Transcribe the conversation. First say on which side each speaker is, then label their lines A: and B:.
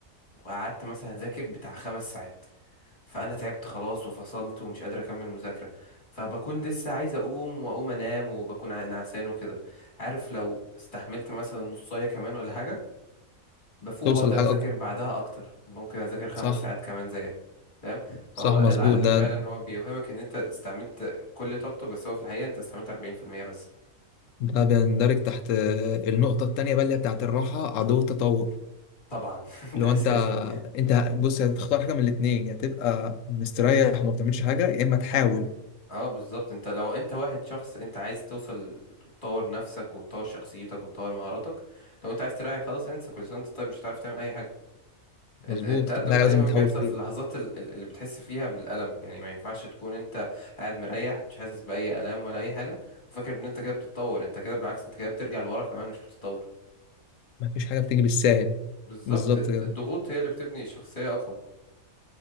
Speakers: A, on the left; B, on the left.
A: وقعدت مثلا أذاكر بتاع خمس ساعات فأنا تعبت خلاص وفصلت ومش قادر أكمل مذاكرة فبكون لسه عايز أقوم وأقوم أنام وبكون ع- نعسان وكده عارف لو استحملت مثلا نصاية كمان ولا حاجة بفوق
B: توصل
A: وأقدر
B: لحاجه
A: أذاكر
B: اكبر
A: بعدها أكتر ممكن أذاكر خمس
B: صح
A: ساعات كمان زيها فاهم فهو
B: صح مظبوط
A: العقل
B: ده
A: فعلا هو بيوهمك إن أنت استعملت كل طاقته بس هو في الحقيقة أنت استعملت 40% بس
B: ده بيندرج تحت النقطة التانية بقى اللي هي بتاعت الراحة عدو التطور
A: طبعا <laughs>
B: اللي
A: ده
B: هو
A: أساسي
B: انت انت بص هتختار حاجة من الاتنين يا تبقى مستريح وما بتعملش حاجة يا اما تحاول
A: اه بالظبط انت لو انت واحد شخص انت عايز توصل تطور نفسك وتطور شخصيتك وتطور مهاراتك لو انت عايز تريح خلاص انسى كل سنه وانت طيب مش هتعرف تعمل اي حاجه
B: مظبوط
A: الت- التقدم
B: كل حاجة
A: دايما
B: لازم تحاول
A: بيحصل
B: فيها
A: في اللحظات ال- ال- اللي بتحس فيها بالالم يعني ما ينفعش تكون انت قاعد مريح مش حاسس باي الام ولا اي حاجه وفاكر ان انت كده بتتطور انت كده بالعكس انت كده بترجع لورا كمان مش بتتطور
B: مفيش حاجة بتيجي بالساهل
A: بالظبط
B: بالظبط
A: الت-
B: كده
A: الضغوط هي اللي بتبني شخصيه اقوى